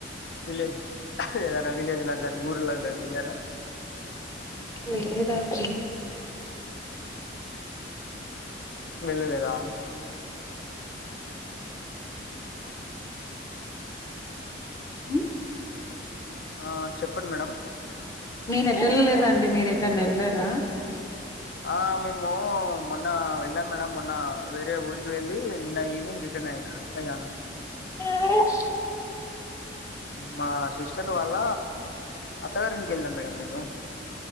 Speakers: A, on the left; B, on the left.
A: విలేజ్ ఏదైనా విలేజ్ లా కానీ ఊర్లా కానీ వెళ్లారా
B: లేదండి
A: వెళ్లలేదా
B: ఉ
A: ఆ చెప్పండి మేడం
B: నేను ఎటళలేదాండి మీరు ఎటన్న వెళ్లారా
A: ఆ మేము మొన్న వెళ్ళాం మేడం మొన్న వేరే ఊరికి వెళ్ళి నిన్న ఈ రిటర్న్ అయి అయము
B: ఆ!
A: మా సిస్టర్ వాళ్ళ అత్తగారింటికి వెళ్ళాం మేడం మేము